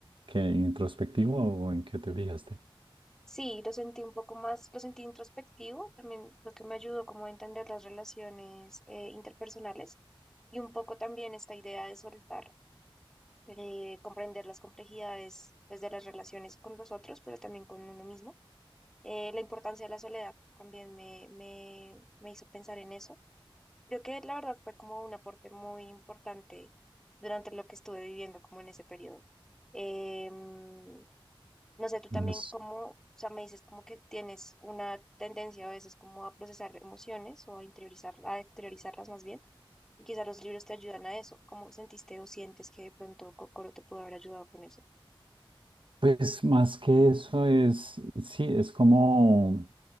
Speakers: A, on the right; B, in the centre.
A: que introspectivo o en qué te fijaste?
B: Sí, lo sentí un poco más, lo sentí introspectivo, también lo que me ayudó como a entender las relaciones eh, interpersonales y un poco también esta idea de soltar, eh, comprender las complejidades pues, de las relaciones con los otros, pero también con uno mismo. Eh, la importancia de la soledad también me, me, me hizo pensar en eso. Creo que la verdad fue como un aporte muy importante durante lo que estuve viviendo como en ese periodo. Em, no sé, tú también
A: Ujú.
B: como, o sea, me dices como que tienes una tendencia a veces como a procesar emociones o a interiorizar, a exteriorizarlas más bien, y quizá los libros te ayudan a eso. ¿Cómo sentiste o sientes que de pronto Kokoro te pudo haber ayudado con eso?
A: pues más que eso es, sí, es como...